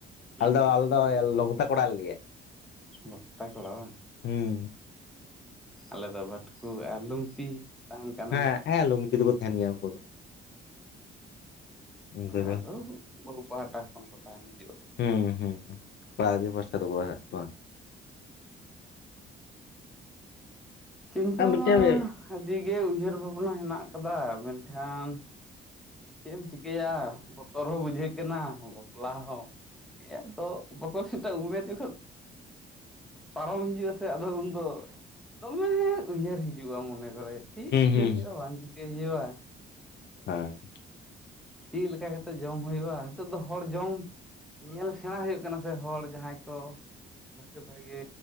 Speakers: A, in the centre; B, on the left.
A: ᱦᱩᱸ
B: ᱟᱞᱮ ᱫᱚ ᱟᱞᱮ ᱫᱚ ᱞᱚᱜᱫᱟ ᱠᱚᱲᱟ ᱞᱮ ᱞᱟᱹᱭ-ᱟ᱾
A: ᱞᱚᱠᱛᱟ ᱠᱚᱲᱟ ᱵᱟᱝ
B: ᱦᱩᱸ
A: ᱟᱞᱮ ᱫᱚ ᱵᱷᱟᱴᱠᱩ ᱟᱨ ᱞᱩᱝᱛᱤ᱾ ᱛᱟᱦᱮᱱ ᱠᱟᱱᱟᱭ
B: ᱦᱮᱸ ᱦᱮᱸ ᱞᱩᱝᱛᱤ ᱫᱩᱠᱩ ᱛᱟᱦᱮᱱ ᱜᱮᱭᱟ ᱩᱱᱠᱩ ᱫᱚ᱾ ᱩᱱᱠᱩ ᱫᱚ
A: ᱟᱫᱚ ᱵᱟᱹᱦᱩ ᱯᱟᱦᱴᱟ ᱠᱷᱚᱱ ᱠᱚ ᱛᱟᱦᱮᱱ ᱦᱤᱡᱩᱜᱼᱟ᱾
B: ᱦᱩᱸ ᱦᱩᱸ ᱠᱚᱲᱟ ᱜᱤᱫᱽᱨᱟᱹ ᱯᱟᱥᱴᱟ ᱫᱚ ᱠᱚ <unintelligible>
A: ᱪᱤᱱᱛᱟᱹ
B: ᱟᱨ
A: ᱢᱟ᱾
B: ᱢᱤᱫᱴᱮᱱ ᱦᱩᱸ
A: ᱟᱹᱰᱤᱜᱮ ᱩᱭᱦᱟᱹᱨ ᱵᱷᱟᱵᱽᱱᱟ ᱦᱮᱱᱟᱜ ᱟᱠᱟᱫᱟ ᱢᱮᱱᱠᱷᱟᱱ᱾ ᱪᱮᱜ ᱮᱢ ᱪᱤᱠᱟᱹᱭᱟ ᱵᱚᱛᱚᱨ ᱦᱚᱸ ᱵᱩᱡᱷᱟᱹᱜ ᱠᱟᱱᱟ ᱵᱟᱯᱞᱟ ᱦᱚᱸ᱾ ᱦᱮ ᱟᱫᱚ ᱵᱟᱠᱚ ᱞᱮᱴ-ᱟ ᱩᱢᱮᱨ ᱡᱚᱠᱷᱚᱱ᱾ ᱯᱟᱨᱚᱢ ᱦᱤᱡᱩᱜᱼᱟ ᱥᱮ ᱟᱫᱚ ᱩᱱᱫᱚ ᱫᱚᱢᱮ ᱦᱮᱸ ᱩᱭᱦᱟᱹᱨ ᱦᱤᱡ ᱡᱩᱜ-ᱟ ᱢᱚᱱᱮ ᱠᱚᱨᱮᱜ ᱪᱮᱫ ᱪᱤᱠᱟᱹᱭ
B: ᱦᱩᱸ
A: ᱦᱳᱭᱳᱜ-ᱟ ᱵᱟᱝ ᱪᱤᱠᱟᱹᱭ ᱦᱳᱭᱳᱜ-ᱟ᱾
B: ᱦᱮᱸ᱾
A: ᱪᱮᱜ ᱞᱮᱠᱟ ᱠᱟᱛᱮᱜ ᱡᱚᱢ ᱦᱳᱭᱳᱜᱼᱟ ᱱᱤᱛᱳᱜ ᱫᱚ ᱦᱚᱲ ᱡᱚᱢ᱾ ᱧᱮᱞ ᱥᱮᱸᱬᱟ ᱦᱳᱭᱳᱜ ᱠᱟᱱᱟ ᱥᱮ ᱦᱚᱲ ᱡᱟᱸᱦᱟᱭ ᱠᱚ᱾ ᱵᱷᱟᱜᱮ ᱵᱷᱟᱜᱮ